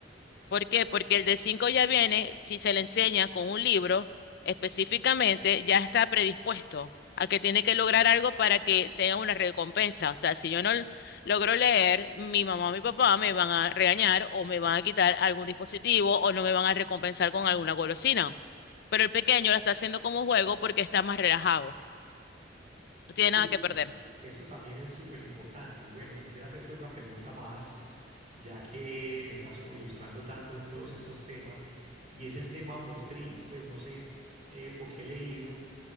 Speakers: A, on the left; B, on the right.
A: ¿Por qué? Porque el de 5 ya viene, si se le enseña con un libro específicamente, ya está predispuesto a que tiene que lograr algo para que tenga una recompensa. O sea, si yo no l- logro leer, mi mamá o mi papá me van a regañar o me van a quitar algún dispositivo o no me van a recompensar con alguna golosina. Pero el pequeño lo está haciendo como juego porque está más relajado. No tiene
B: Súper.
A: nada que perder.
B: Esto también es súper importante. Y bueno, quisiera hacerte otra pregunta más, ya que me estás como ilustrando tanto en todos estos temas, y es el tema motriz. Pues no sé eh, por qué he leído